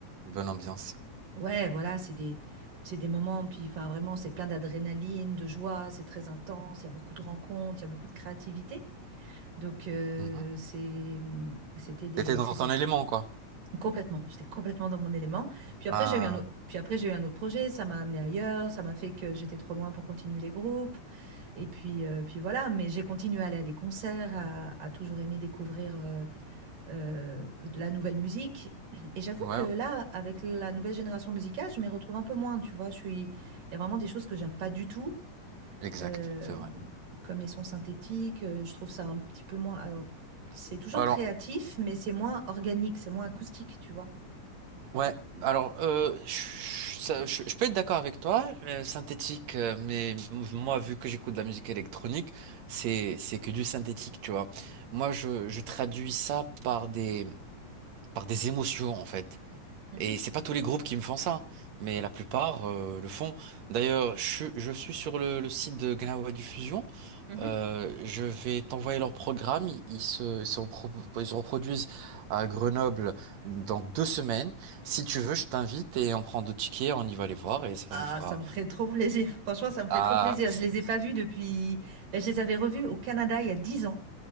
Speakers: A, on the right; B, on the right.
A: bonne ambiance.
B: Ouais, voilà, c'est des, c'est des moments, puis enfin vraiment, c'est plein d'adrénaline, de joie, c'est très intense, il y a beaucoup de rencontres, il y a beaucoup de créativité. Donc, euh,
A: Mhm.
B: c'est, c'était des,
A: Et dans
B: c'était
A: ton élément, quoi.
B: complètement, j'étais complètement dans mon élément. Puis après,
A: Ah,
B: j'ai eu un autre, puis après, j'ai eu un autre projet, ça m'a amené ailleurs, ça m'a fait que j'étais trop loin pour continuer les groupes. Et puis, euh, puis voilà, mais j'ai continué à aller à des concerts, à, à toujours aimer découvrir. euh, euh, de la nouvelle musique. Et j'avoue
A: ouais,
B: que là, avec la nouvelle génération musicale, je m'y retrouve un peu moins, tu vois. Je suis... Il y a vraiment des choses que j'aime pas du tout,
A: exact,
B: euh,
A: c'est vrai.
B: comme les sons synthétiques. euh, Je trouve ça un petit peu moins... Alors, c'est toujours
A: Alors,
B: créatif, mais c'est moins organique, c'est moins acoustique, tu vois.
A: ouais, alors, euh, je, ça- je- je peux être d'accord avec toi, euh, synthétique, euh, mais m- moi, vu que j'écoute de la musique électronique, c'est, c'est que du synthétique, tu vois. Moi, je, je traduis ça par des, par des émotions, en fait.
B: Mhm,
A: Et c'est pas tous les groupes qui me font ça, mais la plupart, euh, le font. D'ailleurs, je, suis- je suis sur le, le site de Gnawa Diffusion.
B: mhm.
A: Euh, je vais t'envoyer leur programme. Ils ils se, se repro- ils se reproduisent à Grenoble dans deux semaines. Si tu veux, je t'invite et on prend deux tickets, on y va les voir et ça
B: Ah,
A: nous fera.
B: ça me ferait trop plaisir. Franchement, ça me ferait
A: Ah,
B: trop plaisir.
A: c'est-
B: Je les ai pas vus depuis... ben, je les avais revus au Canada il y a 10 ans.